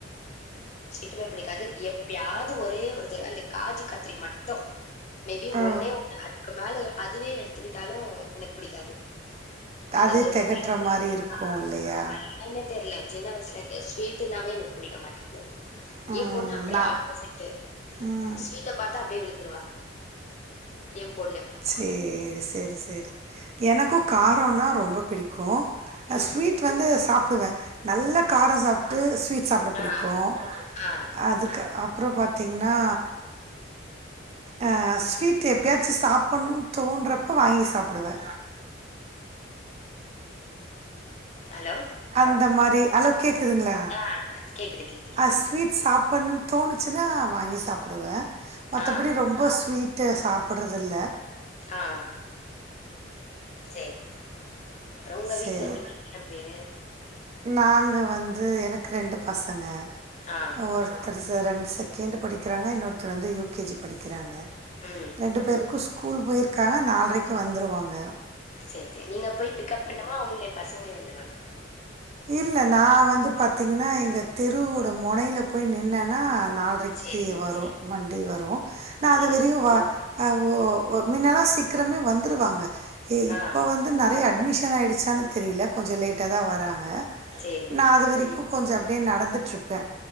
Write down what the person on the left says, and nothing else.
டுமே பிடிக்காது எப்பயாவது ஒரே ஒரு தடவை அந்த காஜு கத்து லி மட்டும் மேபி
ஒன்னே ஒ அதுக்கு மேல அதுவே எடுத்துக்கிட்டாலும் எனக்கு பிடிக்காது அந்த
ஒரு
ஆ
என்னன்னே தெர்ல சின்ன வயசுலருந்தே ஸ்வீட்டுனாவே எனக்கு பிடிக்க மாட்டேங்குது.
என் பொண்ணு அப்படியே
ஆப்போசிட்டு.
ஸ்வீட்ட பாத்தா அப்படியே விழுந்துருவா என் பொண்ணு
ம்.
ஆ, ஆ.
ஹலோ?
ஆ கேக்குது கேக்குது.
ஆ,
ஆ சரி அப்றொ ஒங்க
வீட்டுல நீங்க எத்ன பேரு
ஆ.
ம்.
சரி சரி நீங்க போய் பிக்கப் பண்ணமா அவங்களே பசங்களே வந்துருவாங்க
சரிங்க,
சரிங்க.
ஆ,
சரிங்க,
சரி.